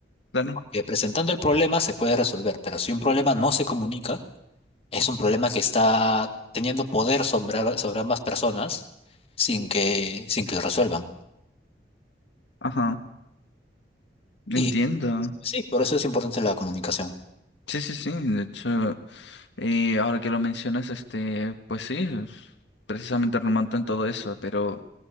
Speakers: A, on the left; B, on the left.
A: claro.
B: Que presentando el problema se puede resolver, pero si un problema no se comunica, es un problema que está teniendo poder sobre, sobre ambas personas sin que, sin que lo resuelvan.
A: Ajá, entiendo.
B: Y sí, por eso es importante la comunicación.
A: Sí, sí, sí. De hecho, y ahora que lo mencionas, este, pues sí, es precisamente remonta en todo eso, pero